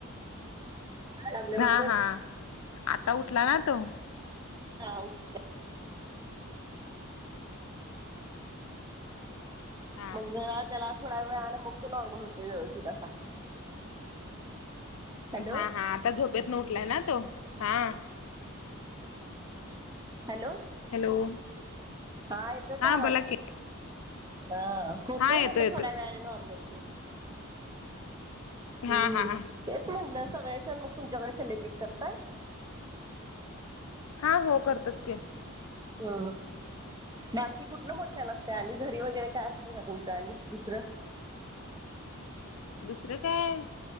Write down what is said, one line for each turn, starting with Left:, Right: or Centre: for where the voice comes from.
Right: लागले
Left: हा
Right: बघ बस
Left: हा आता उठला ना तो?
Right: हा उठला.
Left: हा
Right: मग जरा त्याला थोडा वेळ मग तो नॉर्मल होते व्यवस्थित असा. हॅलो
Left: हा हा आता झोपेतून उठलाय ना तो हा.
Right: हॅलो!
Left: हॅलो!
Right: हा येतोय का आवाज?
Left: बोला की
Right: अ होतोय
Left: हा येतोय
Right: म्हटलं
Left: येतोय
Right: थोड्या वेळाने नॉर्मल. तो हम्
Left: हा हा
Right: तेच म्हणलं सगळे सण मग तुमच्याकडे सेलिब्रेट करताय?
Left: हा हो करतात की.
Right: हा! बाकी कुठलं मोठ्यान आसतय आणि घरी वगैरे काय असतं का तुमच्या आणि दुसर?
Left: दुसरं काय